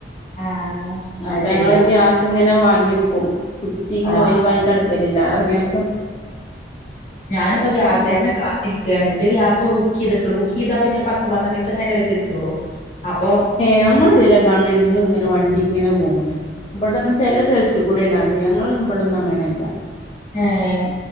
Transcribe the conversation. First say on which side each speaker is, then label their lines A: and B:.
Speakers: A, on the left; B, on the left.
A: ആഹ് അത്
B: അപ്പൊ
A: ശരി
B: ഞങ്ങള് ഗ്യാസ് ഇങ്ങനെ വാങ്ങി വെക്കും കുറ്റി ഇങ്ങനെ
A: ആഹ്
B: ഒഴിവായി കിടക്കലില്ല അതങ്ങനെ
A: ഞാനിപ്പോ ഗ്യാസാരനെ
B: ഉം
A: കാത്തിരിക്കയാണ് എന്റെ ഗ്യാസോ ബു ബു ചെയ്തിട്ടുള്ളു ബുക്ക് ചെയ്താ പിന്നെ ഒരു പത്തു പന്ത്രണ്ട്‌ ദിവസം കഴിഞ്ഞിട്ടേ കിട്ടുള്ളൂ അപ്പൊ
B: ഞങ്ങ ഇതില കാണ എന്നും ഇങ്ങനെ വണ്ടി ഇങ്ങനെ പോണ <unintelligible> ഇവിടെന്ന് ചില സ്ഥലത്ത കൂടൊണ് അതി ഞങ്ങൾ ഇവിടൊന്നും അങ്ങനെയല്ല
A: ഏഹ്